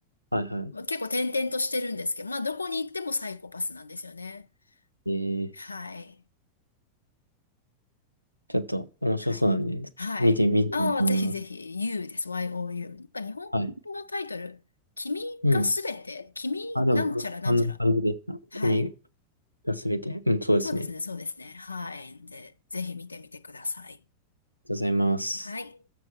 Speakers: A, on the right; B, on the left.
A: はいは
B: まあ結構転々としてるんですけど、まあどこに行ってもサイコパスなんですよね。
A: い。えー
B: はい。
A: ちょっと面白そうなんで、
B: はい。はい。
A: 見てみてみようと思います。
B: ああ、ぜひぜひ、You です。YOU。なんか日本のタイトル、
A: はい。
B: 君がすべて、
A: うん。
B: 君なんちゃらなんちゃら。
A: あ、でも、そそんな感じでした。
B: はい。
A: 君がすべて。うん、そうですね。
B: そうですね、
A: ありがと
B: そうですね。はい。で、ぜひ見てみてください。
A: うございます。
B: はい。